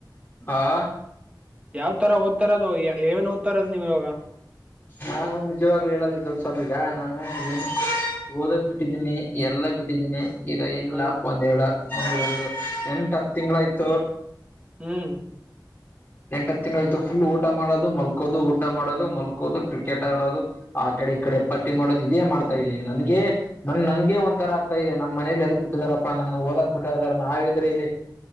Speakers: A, on the left (about 25°); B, on the right (about 15°).
A: ಆಾ
B: ಯಾವ್ ತರ ಓದ್ತಾರದು ಏನ್ ಓದತಾರದ್ ನೀವ್ ಇವಾಗ
A: ನಾನು ನಿಜವಾಗ್ಲು ಹೇಳಲ್ಲ ದಸಬ ಈಗ ನಾನು ಏನು ಓದದ್ ಬಿಟ್ಟಿದ್ದೀನಿ ಎಲ್ಲಾ ಬಿಟ್ಟಿದ್ದೀನಿ ಈಗ ಏನಿಲ್ಲ
B: ಹ
A: ಒಂದೆರಡು ಒಂದು ಒಂದು ಎಂಟ ಹತ್ತು ತಿಂಗಳಾಯ್ತು
B: ಹ್ಮ್
A: ಎಂಟತ್ತು ತಿಂಗಳ ಆಯತು ಫುಲ್ ಊಟ ಮಾಡೋದು ಮಲ್ಕೋದು ಊಟ ಮಾಡೋದು ಮಲ್ಕೋದು ಕ್ರಿಕೆಟ್ ಆಡೋದು ಆೆ ಕಡೆ ಈ ಕಡೆ ಪಟ್ಟಿ ಮಾಡೋದು ಇದೇ ಮಾಡ್ತಾ ಇದೀನಿ ನನ್ಗೆ ನ ನನ್ಗೆ ಒಂಥರ ಆಗ್ತಾ ಇದೆ ನಮ್ಮ್ನೇಲಿ ಎದ ಬಿಟ್ಟಿದ ನಗೆ ಓದಕ್ ಬಿಟ್ಟು ಹೋಗ್ಯಾರಾ ನಾವಿದ್ರೆ ಇಲ್ಲಿ